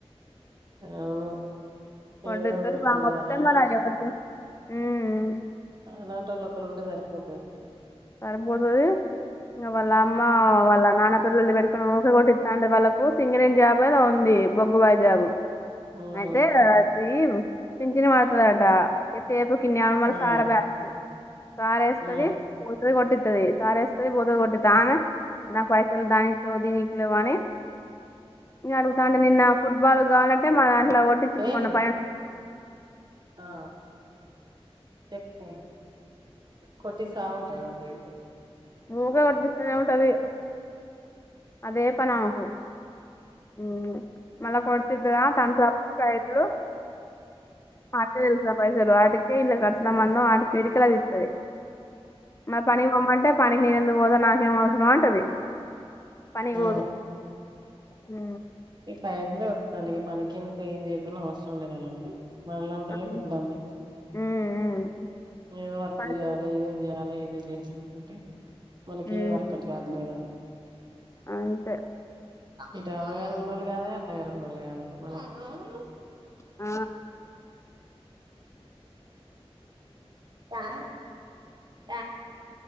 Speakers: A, on the right; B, on the left.
A: అవును
B: కొట్టిత్తరు
A: ఏదో ఒక పని
B: ఆమె
A: చేయాలి
B: వత్తే
A: అలాంటి
B: మరి ఎవరు ఉమ్
A: అలాంటిళ్ళక్కలు ఉంటే సరిపోతది
B: సరిపోతుది ఇంకా వాళ్ళ అమ్మ వాళ్ళ నాన్న పల్లలు పెట్టుకుని మూకలు కొటిస్తాంటే వాళ్ళకు సింగినట్ జాబ్ అది ఉంది బొగ్గు బాయ్ జాబ్
A: ఊహు
B: అయితే అది పింంచిన పడతాడీ అంట ఎతేేపు కన్యా మ
A: ఆ
B: సారా బ్యాస సారుేస్తుది
A: ఆ
B: పోతు కొట్టింది సర వస్తుది పోతుంది కొట్టి నా పైసలు దానిట్లో దీనిట్లో అని ఇ అడుగుతా అంటే నిన్న ఫుట్బాల్ కాగావాలంటే అంట మాంట్లో ఓటిచ్చ
A: ఏంటిది
B: పోన పయైన
A: ఆ చెప్పు కొటిస ఉంటదుతే
B: ఊగా వటిపిస్తనే ఉంట అది అదే పనకు ఉ మళ కొతంద తన చయి మాట తెల్సా పైసలు ఆటి ే ఇల్ కసన మన్నం ఎడుకలదిత్తది మ పని పోమంట పనికి నేను ఎందుకు పోదా నాకేం అవసరం అంటది పనిపోదు
A: ఆ
B: హూ
A: ఈ పైసలె వతానిక పనికెందుకు ఏం జేయకున్న అవసరంలెదు అలాంటోలు మనళ్ళాంటోళ్ళకి
B: ఉమ్,
A: ఇబ్బంది
B: ఉమ్, ఉమ్.
A: ఏదో వర్క్
B: పైసలు
A: జేయాలి ఏదో జేయాలి చేయాలి అంటే మనకే
B: మ్మ్
A: వర్క్ గట్లేదా
B: అంతే
A: ఇదవగా ఉన్నోళ్లు కాదాయె అత్తగారున్నోళ్లు గదాయె మనకు
B: ఆ
A: తా తా